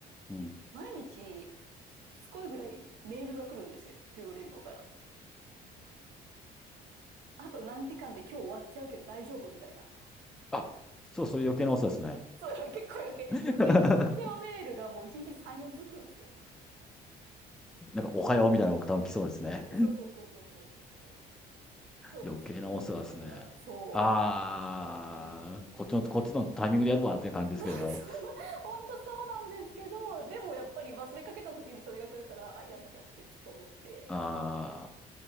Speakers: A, in the centre; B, on the right.
A: うん。
B: 毎日しつこいぐらいメールが来るんですよ。デュオレンゴから。あと何時間で今日終わっちゃうけど大丈夫みたいな。
A: あ、そう、そういう余計なお世話ですね。
B: そう、結構余計、
A: <laughs>
B: 余計、世話メールがもう1日3、4通来るんですよ。
A: なんか、おはようみたいなのが多分来そうですね。
B: そうそうそうそうそうそうそう。今日も続けようねみたいのが、
A: 余計なお世話ですね。
B: そう。
A: ああ、こっちの、こっちのタイミングでやるわって感じですけど。
B: <laughs> そう本当そうなんですけど、でもやっぱり忘れかけた時にそれが来るから、あ、やんなきゃってちょっと思って。
A: ああ、